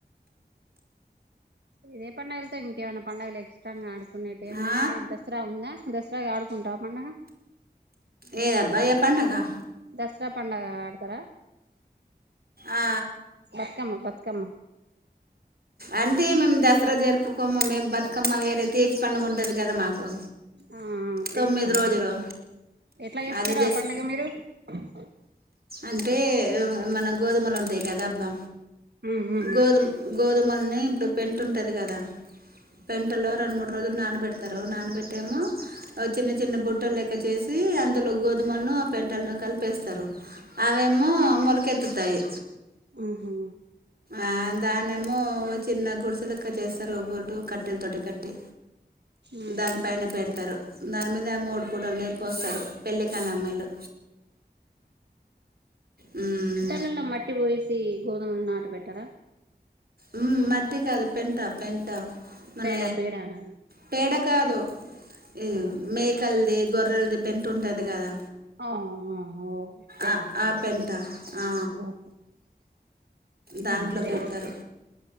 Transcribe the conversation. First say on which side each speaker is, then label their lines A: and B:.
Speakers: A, on the right; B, on the right.
A: ఇదే పండుగలతో ఇంకేమైనా పండుగలు ఇష్టంగా ఆడుకునేటు ఏమ
B: ఆ
A: దసరా ఉందా దసరా ఆడుకుంటావు పండుగ
B: ఏ అబ్బాయి పండగా
A: దసరా పడుగ ఆడతారా
B: ఆ
A: బతుకమ్మ బక క్కమ్మ
B: అంటే మేము దసరా జరుపుకోము మేము బతుకమ్మ వేరే తజి పండుగ ఉంటది కదా మాకు
A: ఆ తీసి
B: తొమ్మిది
A: పండుగ
B: రోజులు
A: చేసు ఎట్లా చేస్తారు
B: అదే జస్
A: ఆ పడుగ మీరు స
B: అంటే మన గోధుమలు ఉంటాయి కదా అబ్బా
A: ఉహు
B: గోది గోది గోధుమలని ఇప్పుడు పెంటు ఉంటది కదా పెంటలో రెండు మూడు రోజులు నానబెడతారు నానబెట్టేమో చిన్న చిన్న బుట్టలు లెక్క చేసి అందులో గోధుమలను ఆ పెంటలను కలిపేస్తారు అవేమో మొలకెత్ పుత్తాయి
A: ఊహూ
B: ఆ దాన్నేమో చిన్న గుడిసెలెక్క చేస్తారు ఒగోటు కట్టెలతోటి కట్టి
A: ఆహా
B: దానిపైన పెడతారు దాని మింద మూడు పూటలు నీళ్ళు పోస్తారు పెళ్ళి కాని అమ్మాయిలు ఉమ్
A: ళ్ మట్టటి పోయిసి గోధమలు నాట పెట్టార
B: ఉ మట్టిగా అదు పెంటా పెంటా మన
A: పేడ పేడనా
B: పేడ కాదు ఈ మే క్కలిది గొర్రెలది పెంట ఉంటది కదా
A: ఆ ఓ పేంటా
B: ఆ ఆ పెంట ఆ
A: ఓహో
B: దాంట్లో
A: మంచిదే
B: పెడతారు